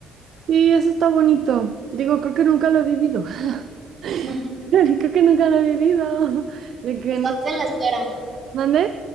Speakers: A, on the right; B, on the right.
A: Sí, eso está bonito. Digo, creo que nunca lo he vivido. <laughs>
B: <laughs>
A: <laughs> Creo que nunca lo he vivido. <laughs> De que
B: estás en la espera,
A: ¿Mande?